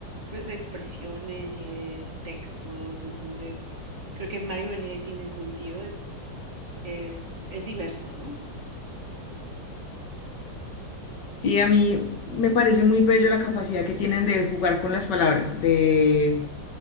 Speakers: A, on the right (about 45°); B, on the left (about 70°).
A: pues, de expresiones y de textos. Entonces, creo que Mario Benedetti en ese sentido es, es, es diverso, ¿no?
B: Y a mí me parece muy bello la capacidad que tienen de jugar con las palabras, de